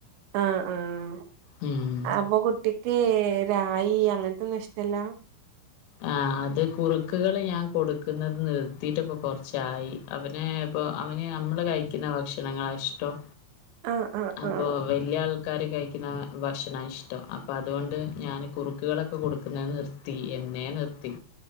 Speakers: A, on the right (about 75°); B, on the left (about 70°).
A: ആഹ് ആഹ്
B: ഉം
A: അപ്പൊ കുട്ടിക്ക് രായി അങ്ങനത്തെന്നുഷ്ടല്ല
B: ആഹ അത് കുറുക്കുകള് ഞാൻ കൊടുക്കുന്നത് നിർത്തിട്ടിപ്പൊ കൊർച്ചായി അവന് പ്പൊ അവന് നമ്മള് കഴിക്കുന്ന ഭക്ഷണങ്ങളാ ഇഷ്ടം
A: ആഹ് ആഹ്
B: അപ്പൊ
A: ആഹ്
B: വല്ല്യാൾക്കാര് കഴി ക്ക്ന്ന ഭക്ഷണ ഇഷ്ടം അപ്പത്കൊണ്ട് ഞാൻ കുറുക്കുകളൊക്കെ കൊടുക്കുന്നത് നിർത്തി എ ന്നേ നിർത്തി